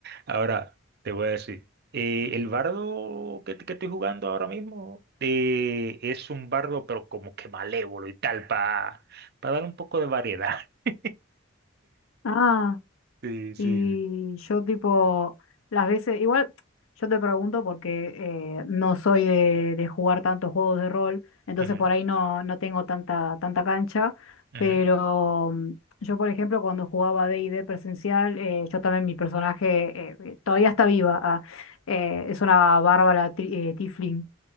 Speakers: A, on the right (about 50°); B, on the left (about 85°).
A: Ahora, te voy a decir, eh, el Bardo que, que estoy jugando ahora mismo eh, es un Bardo, pero como que malévolo y tal, para dar un poco de variedad. <laughs>
B: Ah,
A: Sí, sí,
B: Y
A: sí.
B: yo tipo, las veces, igual yo te pregunto porque eh, no soy de, de jugar tantos juegos de rol, entonces
A: Ujú,
B: por ahí no, no tengo tanta, tanta cancha,
A: ujú.
B: pero mm, yo por ejemplo cuando jugaba D&D presencial, eh, yo también mi personaje eh, eh, todavía está viva, ah, eh, es una bárbara tri- eh, tiefling